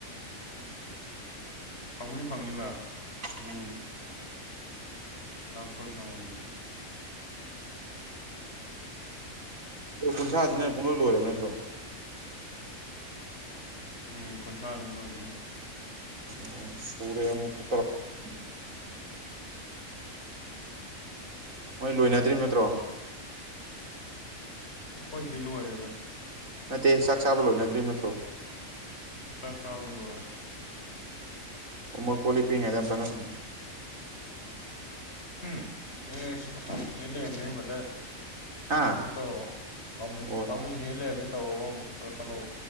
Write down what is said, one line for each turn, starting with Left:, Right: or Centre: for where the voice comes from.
Right: ꯎꯝ
Left: ꯐꯪꯕꯨꯗꯤ ꯐꯪꯅꯤꯕ
Right: ꯎꯝ
Left: ꯄꯩꯁꯥ ꯐꯨꯜ ꯐꯪꯉꯣꯏꯗꯔꯤꯕ
Right: ꯀ‌ꯣꯜ ꯀꯨꯟꯊ꯭ꯔꯥꯁꯤꯅ ꯄꯨꯡꯂꯣꯏ ꯂꯣꯏꯔꯕ ꯅꯠꯇ꯭ꯔꯣ
Left: ꯎꯝ ꯀꯨꯟꯊ꯭ꯔꯥꯗꯨꯅ ꯂꯣꯏꯗꯣꯏꯅꯤ
Right: ꯑꯣ ꯁꯨꯔꯦ ꯑꯃꯨꯛꯀ ꯇꯧꯔꯛꯄꯗꯨꯅ ꯃꯣꯏ ꯂꯣꯏꯅꯗ꯭ꯔꯤꯕ ꯅꯠꯇ꯭ꯔꯣ
Left: ꯑꯈꯣꯏꯗꯤ ꯂꯣꯏꯔꯦꯗ
Right: ꯅꯠꯇꯦ ꯆꯥꯛ ꯆꯥꯕ ꯂꯣꯏꯅꯗ꯭ꯔꯤꯕ ꯅꯠꯇ꯭ꯔꯣ
Left: ꯆꯥꯛ ꯆꯥꯕ ꯂ‌ꯣꯏꯔ‌ꯦ
Right: ꯑꯣ ꯃꯣꯏ ꯀꯣꯂꯤꯛ ꯐ‌ꯦꯡꯉꯩꯗ ꯑꯇꯥꯒ ꯁꯅꯥ
Left: ꯍꯨꯝ ꯑꯦ ꯑꯖ ꯍ‌ꯦꯟ ꯂꯩꯔꯝꯃ‌ꯦ ꯕꯔꯗꯔ
Right: ꯍꯥ
Left: ꯑꯃꯨꯛ ꯇꯧꯔꯛꯑꯣ ꯄꯥꯃꯨꯏ
Right: ꯑꯣ
Left: ꯄꯥꯃꯨꯏ ꯍꯦꯟ ꯂꯩꯔꯝꯃ‌ꯦ ꯇꯧꯔꯣꯕ ꯑꯃꯨꯛ ꯀꯛꯊꯠꯂ‌ꯣꯕ